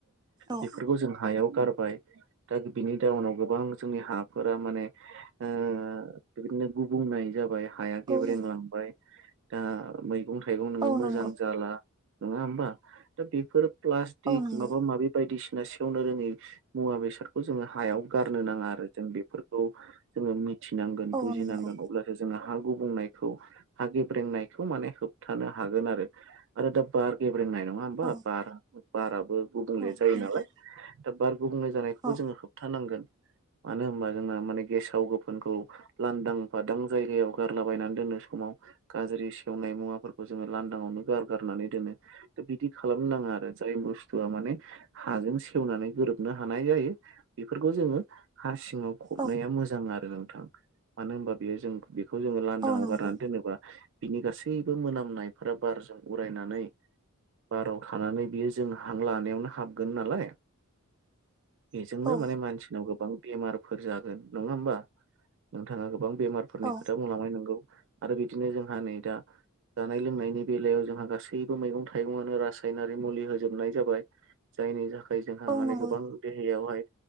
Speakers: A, on the right (about 20°); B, on the right (about 60°).
A: औ
B: बेफोरखौ जों हायाव गारबाय दा बिनि जाउनाव गोबां जोंनि हाफोरा माने ओ बिदिनो गुबुंनाय जाबाय हाया गेब्रेंलांबाय
A: औ
B: दा मैगं थाइगं नोङो
A: औ
B: मोजां
A: नंगौ
B: जाला नङा होमबा दा बेफोर प्लास्टिक
A: औ नंगौ
B: माबा माबि बायदिसिना बिना सेवनो रोङै मुवा बेसादखौ जोङो हायाव गारनो नाङा आरो जों बेफोरखौ जोङो थिनांगोन
A: औ
B: बुजिनांगोन
A: नंगौ
B: अब्लासो जोङो हा गुब बुंनायखौ हा गेब्रेंनायखौ माने होब थानो हागोन आरो आरो दा बार गेब्रेंनाय नङा होमबा
A: औ
B: बार बाराबो गुबुंले
A: औ
B: जायो
A: नोंथां
B: नालाय दा बार गुबुंले जानायखौबो
A: औ
B: जोङो होबथानांगोन मानो होनबा जोंहा माने गेसाव गोफोनखौ लांदां फादां जायगायाव गारलाबायनानै दोनो समाव गाज्रि सेवनाय मुवाफोरखौ जोङो लांदांआवनो गारगारनानै दोनो बिदि खालामनो नाङा आरो जाय बुस्थुआ माने हाजों सेवनानै गोरोबनो हानाय जायो बेफोरखौ जोङो हा सिङाव फबनाया
A: औ
B: मोजां आरो नोंथां मानो होनबा बेयो जों बेखौ जोङो लांदांआव
A: औ नंगौ
B: गारनानै दोनोबा बिनि गासैबो मोनाम नायफोरा बारजों उरायनानै बाराव थानानै बियो जों हां लानायावनो हाबगोन नालाय
A: <inaudible>
B: बेजोंनो
A: औ
B: माने मानसिनाव गोबां बेमारफोर जागोन नङा होमबा नोंथाङा गोबां बेमारफोरनि
A: औ
B: खोथा बुंलांबाय नंगौ आरो बिदिनो जोंहा नै दा जानाय लोंनायनि बेलायाव जोंहा गासैबो मैगं थाइगंआनो रासायनारि मुलि होजोबनाय जाबाय जायनि थाखाय जोंहा
A: औ
B: माने
A: नंगौ
B: गोबां देहायावहाय